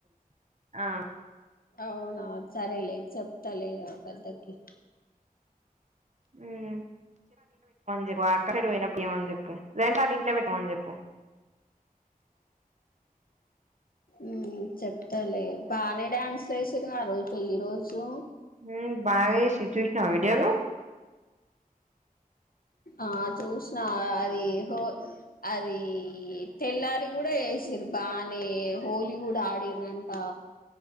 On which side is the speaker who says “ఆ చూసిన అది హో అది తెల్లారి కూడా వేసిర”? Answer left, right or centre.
Left